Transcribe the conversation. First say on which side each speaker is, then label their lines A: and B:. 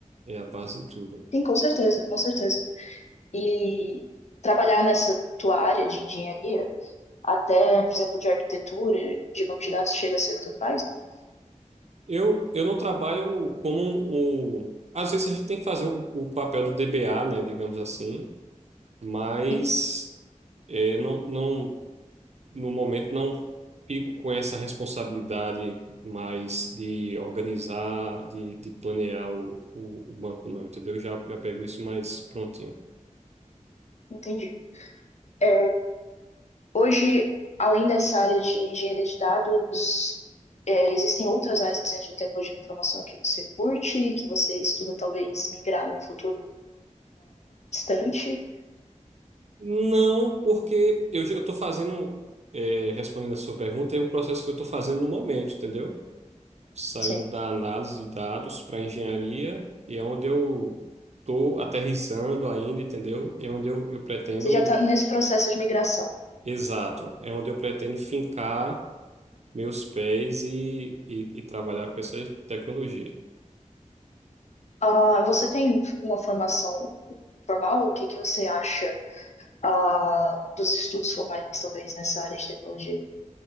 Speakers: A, on the right; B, on the left.
A: É a base de tudo.
B: sim, com certeza, com certeza. E trabalhar nessa tua área de engenharia, até, por exemplo, de arquitetura, de banco de dados, chega a ser o que tu faz?
A: Eu, eu não trabalho como um, um- Às vezes a gente tem que fazer o, o papel do DBA, né? Digamos assim, mas
B: Uhum,
A: é, não, não, no momento não fico com essa responsabilidade mais de organizar, de, de planear o, o, o banco, não, entendeu? Eu já, já pego isso mais prontinho.
B: entendi. É, Hoje, além dessa área de engenharia de dados, é, existem outras áreas dentro da tecnologia da informação que você curte, que você estuda talvez migrar num futuro distante?
A: Não, porque eu estou fazendo, é, respondendo a sua pergunta, é um processo que eu estou fazendo no momento, entendeu? Saindo
B: Sim,
A: da análise de dados para engenharia, e é onde eu estou aterrissando ainda, entendeu? É onde eu, eu pretendo,
B: você já está nesse processo de migração.
A: exato, é onde eu pretendo fincar meus pés e, e, e trabalhar com essa tecnologia.
B: Ah, você tem uma formação formal? O que que você acha ah, dos estudos formais, talvez, nessa área de tecnologia?